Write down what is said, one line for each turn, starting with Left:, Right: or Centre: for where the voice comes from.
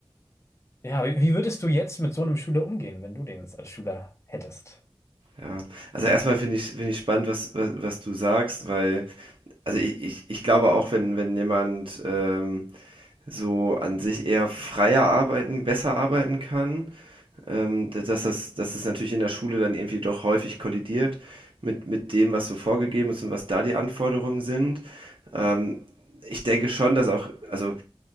Left: ja, wie, wie würdest du jetzt mit so einem Schüler umgehen, wenn du den jetzt als Schüler hättest?
Right: Ja. Also erstmal finde ich, finde ich spannend, was, was, was du sagst, weil, also ich, ich, ich glaube auch, wenn, wenn jemand ähm, so an sich eher freier arbeiten, besser arbeiten kann, ähm, dass das, dass es natürlich in der Schule dann irgendwie doch häufig kollidiert mit, mit dem, was so vorgegeben ist und was da die Anforderungen sind. Ähm, ich denke schon, dass auch, also